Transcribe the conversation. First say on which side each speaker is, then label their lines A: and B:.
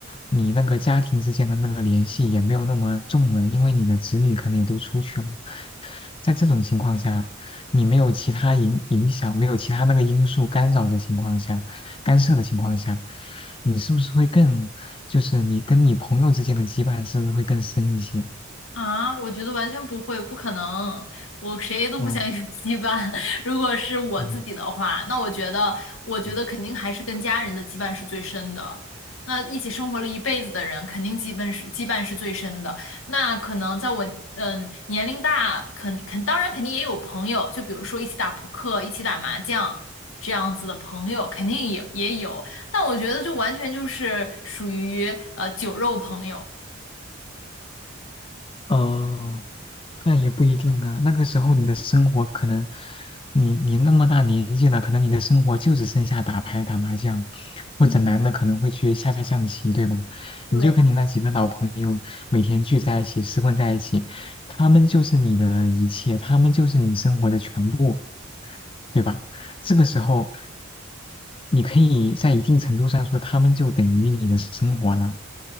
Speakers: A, on the left (about 25°); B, on the left (about 80°).
A: 你那个家庭之间的那个联系也没有那么重了，因为你的子女可能也都出去了。在这种情况下，你没有其他影影响，没有其他那个因素干扰的情况下，干涉的情况下，你是不是会更，就是你跟你朋友之间的羁绊是不是会更深一些？
B: 啊，我觉得完全不会，不可能，我谁都不想有羁绊。
A: 哦
B: <laughs> 如果是我自己的话，
A: 嗯
B: 那我觉得，我觉得肯定还是跟家人的羁绊是最深的。
A: 嗯
B: 那一起生活了一辈子的人，肯定羁绊是羁绊是最深的。那可能在我嗯年龄大，肯肯当然肯定也有朋友，就比如说一起打扑克、一起打麻将这样子的朋友，肯定也也有。但我觉得就完全就是属于呃酒肉朋友。
A: 哦，那也不一定啊。那个时候你的生活可能，你你那么大年纪了，可能你的生活就只剩下打牌、打麻将，
B: 嗯，
A: 或者男的可能会去下下象棋，对吧？
B: 对。
A: 你就跟你那几个老朋友每天聚在一起，厮混在一起，他们就是你的一切，他们就是你生活的全部，对吧？这个时候，你可以在一定程度上说，他们就等于你的生活了。